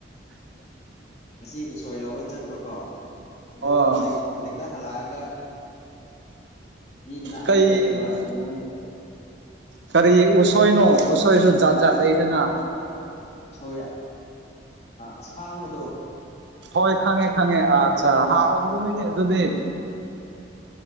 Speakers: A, on the left (about 35°); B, on the right (about 70°).
A: ꯉꯁꯤ ꯎꯁꯣꯏ ꯂꯧꯕ ꯆꯠꯄꯀꯣ ꯑꯗꯨꯒ
B: ꯑꯣ
A: ꯍꯧꯖꯤꯛ ꯍꯧꯖꯤꯛꯇ ꯍꯜꯂꯛꯑꯒ ꯃꯤ ꯀꯅꯥꯝ
B: ꯀꯩ
A: ꯂꯩꯗꯕ ꯏꯃꯨꯡꯒꯤ
B: ꯀꯔꯤ ꯎꯁꯣꯏꯅꯣ ꯎꯁꯣꯏꯁꯨ ꯖꯥꯠ ꯖꯥꯠ ꯂꯩꯗꯅ꯫
A: ꯎꯁꯣꯏꯔ ꯑꯁꯥꯡꯕꯗꯣ꯫
B: ꯍꯣꯏ ꯈꯪꯉꯦ ꯈꯪꯉꯦ ꯑꯠꯆꯥ
A: ꯈꯔ
B: ꯍꯥꯎꯕꯗꯨ ꯅꯦꯅꯦ ꯑꯗꯨꯗꯤ꯫